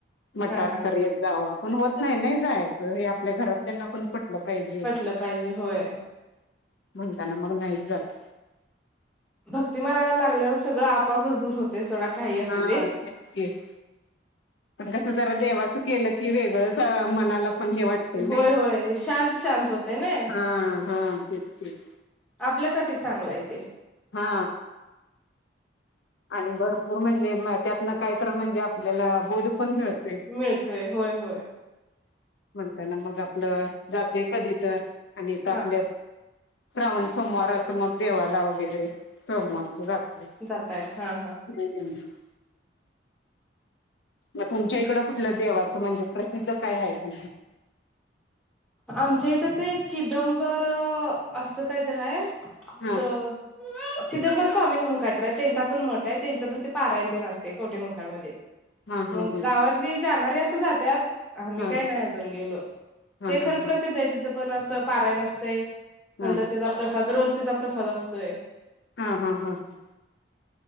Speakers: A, on the left; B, in the centre.
A: म्हटात
B: हा हा
A: तर येत जावा पण होत नाही नाही जायचं हे आपल्या घरातल्यांना पण पटलं पाहिजे.
B: म्हटलं पाहिजे होय.
A: म्हणताना मग नाही जात.
B: भक्ती मार्गाला लागल्यावर सगळं आपापच दूर होतय सोडा. काही असू
A: हा
B: दे
A: तेचक पण कस जरा देवाच के की वेगळं मला पण हे वाटतय नाही
B: होय होय शांत शांत होते ना
A: हा हा तेच तेच.
B: आपल्यासाठी चांगला आहे ते.
A: हा. आणि भरपूर म्हणजे त्यातन काहीत म्हणजे आपल्याला बोध पण मिळत.
B: मिळतोय होय होय.
A: त्यांना मग आपलं जातोय कधी तर आणि तर आपल्या
B: हा
A: श्रावण सोमवारात मग देवाला वगैरे सोमवारच जातोय.
B: जाताय हा हा
A: हम्म. मग तुमच्या इकडं कुठलं देवाचं म्हणजे प्रसिद्ध काय आहे त्यां
B: आमच्या इथं ते चिदंबर असं काय तर आहे. <unintelligible>
A: हा
B: चिदंबर स्वामी म्हणून कायतय त्यांचा पण मठ आहे त्यांचं पण ते पारायण देनसते कवठे मंकाळमध्ये.
A: हा हा
B: मग
A: हा
B: गावातली जाणारे अस आम्ही
A: हा
B: काय नाही अजून गेलो
A: हा हा
B: ते खरं प्रसिद्ध आहे तिथ पण अस पारायण असते नंतर
A: हा
B: त्याचा प्रसाद रोज त्याचा प्रसाद असतोय.
A: हा हा हा हा.